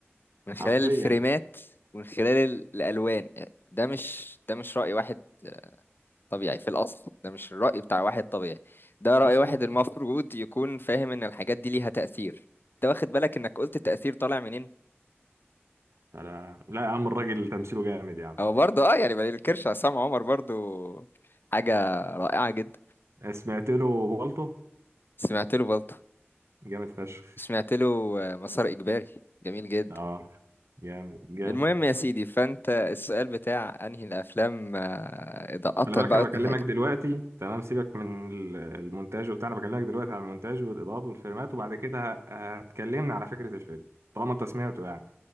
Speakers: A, on the left; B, on the right.
A: من خلال
B: حرفيا
A: الفريمات ومن خلال ال- الالوان ده مش ده مش راي واحد طبيعي في الاصل ده مش الراي بتاع واحد طبيعي ده راي
B: اصلا
A: واحد المفروض يكون فاهم ان الحاجات دي ليها تاثير انت واخد بالك انك قلت التاثير طالع منين
B: لا لا يا عم الراجل تمثيله جامد يا عم
A: هو برضه اه يعني ما ننكرش عصام عمر برضه حاجه رائعه جدا
B: سمعت له بالطو
A: سمعت له برضه
B: جامد فشخ
A: سمعت له آه، مسار إجباري جميل جدا
B: اه جامد جامد
A: المهم يا سيدي فأنت السؤال بتاع أنهي الأفلام آه، إضاءة
B: خلي بالك
A: بقى
B: انا
A: ولا
B: بكلمك
A: حاجة
B: دلوقتي تمام سيبك من ال- المونتاج وبتاع انا بكلمك دلوقتي على المونتاج والاضاءات والفريمات وبعد كده اتكلمنا على فكره الفيلم طالما انت سمعته يعني